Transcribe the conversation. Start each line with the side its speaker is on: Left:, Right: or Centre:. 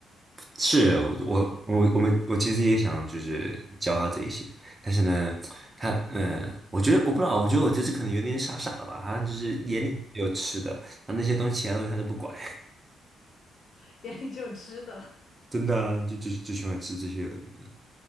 Right: 是我我我们我其实也想就是教他这一些，但是呢，他嗯，我觉得我不知道，我觉得我这次可能有点傻傻了吧，他就是眼里只有吃的，他那些东西其他东西他都不管，
Left: <laughs> 眼里只有吃的。
Right: <laughs> 真的啊就就就喜欢吃这些有的没的。